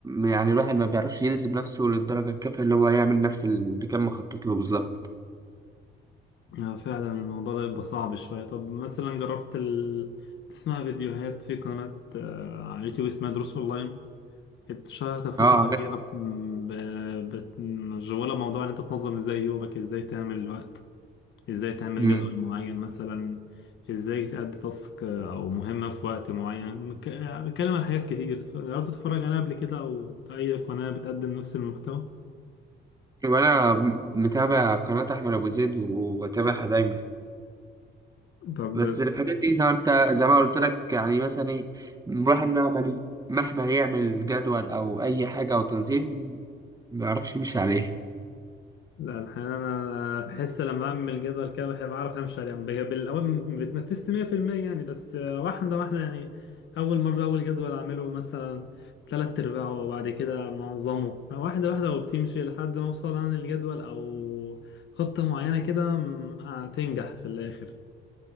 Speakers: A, on the right; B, on the left.
A: يعني الواحد ما بيعرفش يلزم نفسه للدرجة الكافية اللي هو يعمل نفس اللي كان مخطط له بالظبط
B: آه، فعلا الموضوع ده بيبقى صعب شوية طب مثلا جربت ال... تسمع فيديوهات في قناة آه، على اليوتيوب اسمها دروس اونلاين اتشهرت الفترة
A: اه
B: الأخيرة
A: عارف
B: ب- ب- بت- مشغولة موضوع ان انت تنظم ازاي يومك ازاي تعمل الوقت ازاي تعمل
A: مم.
B: جدول معين مثلا ازاي تأدي تاسك او مهمة في وقت معين مك- بتكلم عن حاجات كتير جربت تتفرج عليها قبل كده او اي قناة بتقدم نفس المحتوى
A: وانا متابع قناة احمد ابو زيد وبتابعها دايما
B: طب
A: بس الحاجات دي زي ما انت زي ما قلت لك يعني مثلا ايه الواحد مهما مهما يعمل جدول او اي حاجة او تنظيم ما يعرفش يمشي عليه
B: لا الحقيقة أنا بحس لما بعمل جدول كده بحب أعرف همشي عليه يعني بي- بالأول ما بتنفذت 100% يعني بس واحدة واحدة يعني أول مرة أول جدول أعمله مثلا تلات أرباعه وبعد كده منظمه واحدة واحدة وبتمشي لحد ما أوصل أنا للجدول أو خطة معينة كده م- هتنجح في الآخر